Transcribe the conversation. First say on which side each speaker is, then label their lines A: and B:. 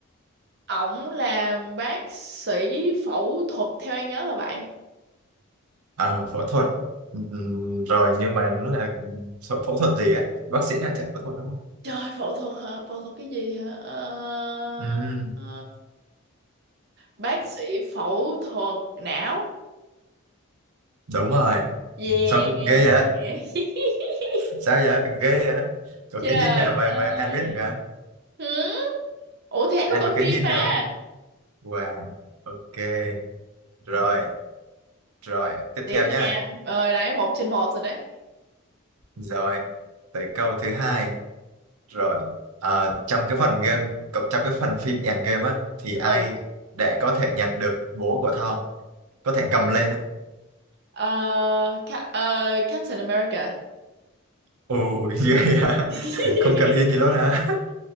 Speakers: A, on the right; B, on the right.
A: Ổng làm bác sĩ phẫu thuật theo An nhớ là vậy.
B: Ờ, phẫu thuật Ừm, rồi nhưng mà nó là phẫu phẫu thuật gì á bác sĩ nào chả phẫu thuật đúng không
A: Trời, phẫu thuật hả? Phẫu thuật cái gì hả? Ờ,
B: Ừm,
A: ờ, bác sĩ phẫu thuật não.
B: đúng rồi
A: Yeah.
B: sao ghê vậy
A: <laughs>
B: sao vậy ghê vậy có
A: Trời
B: cái hint nào mà
A: ơi.
B: mà anh biết được hả
A: Hử? Ủa thì An
B: anh
A: có coi
B: có cái
A: phim
B: hint
A: mà.
B: nào không? wow ok rồi rồi tiếp
A: tiếp
B: theo nha
A: nha rồi đấy một trên một rồi đấy
B: rồi tới câu thứ hai Rồi, à, trong cái phần game, cộng- trong cái phần phim end game á, thì ai
A: ừ
B: để có thể nhặt được bố của Thor, có thể cầm lên á.
A: Ờ, Ca- ờ, Captain America
B: Ôi, <laughs> ghê hả?
A: <laughs>
B: Không cần hiên gì luôn hả? <laughs>